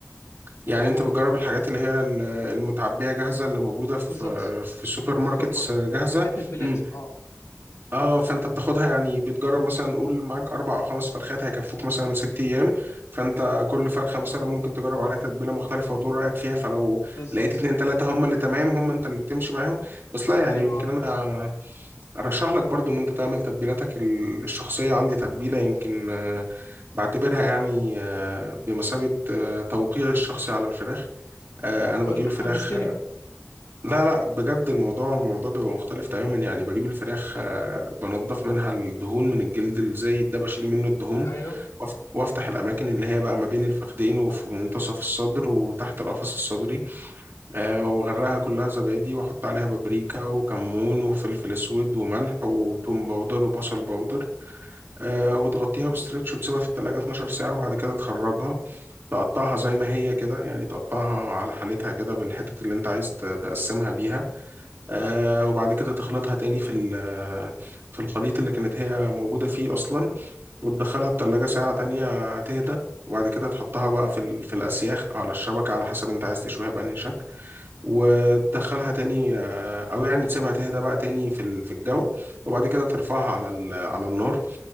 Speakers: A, on the right (about 50°); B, on the left (about 75°).
A: يعني انت بتجرب الحاجات اللي هي ال- المتعبية جاهزة اللي موجودة في
B: بالظبط
A: في السوبر ماركتس
B: السوبر ماركت
A: جاهزة
B: كتتبيلات
A: امم
B: اه
A: اه فانت بتاخدها يعني بتجرب مثلا قول معاك اربع او خمس فرخات هيكفوك مثلا ست ايام فانت كل فرخة مثلا ممكن تجرب عليها تتبيلة مختلفة وتقول رأيك فيها فلو
B: بالظبط
A: لقيت اتنين تلاتة هم اللي تمام هم انت اللي بتمشي معاهم بس لا يعني
B: ايوه
A: يمكن
B: هكذا
A: انا ارشح لك برضو ان انت تعمل تتبيلاتك ال- الشخصية عندي تتبيلة يمكن آه، بعتبرها يعني آه، بمثابة آه، توقيعي الشخصي على الفراخ آه،
B: طب
A: انا
B: كل
A: بجيب الفراخ
B: حمستني
A: آه، لا لا بجد الموضوع الموضوع بيبقى مختلف تماما يعني بجيب الفراخ آه، بنضف منها الدهون من الجلد الزايد ده بشيل منه الدهون
B: ايوه
A: وأف- وافتح الاماكن اللي هي بقى ما بين الفخذين وفي منتصف الصدر وتحت القفص الصدري آه، واغرقها كلها زبادي واحط عليها بابريكا وكمون وفلفل اسود وملح وتوم باودر وبصل باودر آه، وتغطيها بستريتش وتسيبها في التلاجة 12 ساعة وبعد كده تخرجها تقطعها زي ما هي كده يعني تقطعها على حالتها كده بالحتت اللي انت عايز ت- تقسمها بيها آه
B: ايوه
A: وبعد كده تخلطها تاني في ال- في الخليط اللي كانت هي موجودة فيه أصلا وتدخلها التلاجة ساعة تانية تهدى وبعد كده تحطها بقى في ال- في الأسياخ أو على الشبكة على حسب انت عايز تشويها بأنهي شكل وتدخلها تاني آه، أو يعني تسيبها تهدى بقى تاني في ال- في الجو وبعد كده ترفعها على ال- على النار